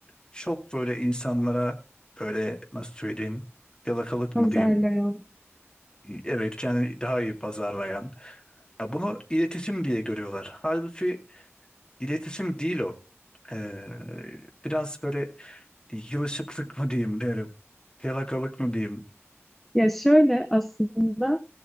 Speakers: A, on the left (about 20°); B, in the centre.
A: çok böyle insanlara böyle nasıl söyleyeyim yalakalık
B: Pazarlayan.
A: mı diyeyim? Evet kendini daha iyi pazarlayan. Ya bunu iletişim diye görüyorlar. Halbuki iletişim değil o. Ee, biraz böyle yılışıklık mı diyeyim derim. Yalakalık mı diyeyim.
B: Ya şöyle aslında